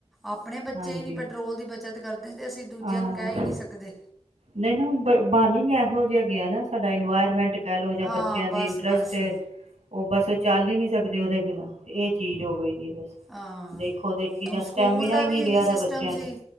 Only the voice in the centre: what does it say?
ਆਪਣੇ ਬੱਚੇ
ਹੀ ਨਹੀਂ ਪੈਟਰੋਲ ਦੀ ਬੱਚਤ ਕਰਦੇ ਤੇ ਅਸੀਂ ਦੂਜਿਆਂ
ਨੂੰ ਕਹਿ ਹੀ ਨਹੀਂ ਸਕਦੇ
ਹਾਂ
ਬਸ
ਬਸ
ਹਾਂ
ਹੁਣ
ਸਕੂਲ ਦਾ
ਵੀ
ਇਹੀ ਸਿਸਟਮ
ਸੀ